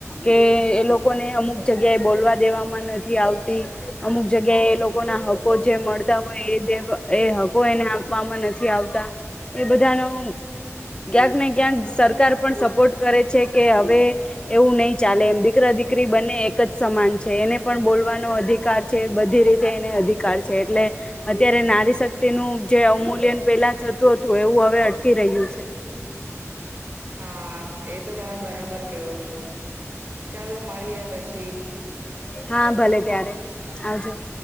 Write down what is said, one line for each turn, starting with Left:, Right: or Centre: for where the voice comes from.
Left: કે એ લોકોને અમુક જગ્યા એ બોલવા દેવામાં નથી આવતી અમુક જગ્યાએ એ લોકો ના હ કો જે મળતા હોય એ દેવ એ હકો એને આપવામાં નથી આવતા એ બધા નો ક્યાંક ને ક્યાંક સરકાર પણ સપોર્ટ કરે છે, કે હવે એવું નહી ચાલે એમ દીકરા દીકરી બને એક જ સમાન છે, એને પણ બોલવાનો અધિકાર છે, બધી રીતે એને અધિકાર છે, એટલે એ અત્યારે નારી શક્તિનું જે અવમૂલ્યન પેલા થ તું હતું એવું અવે અટકી રહ્યું છે.
Right: હા, એ તો તમે બરાબર કેવો છો ચાલો મળીએે પછી
Left: હા, ભલે તયારે આવજો
Right: હમ.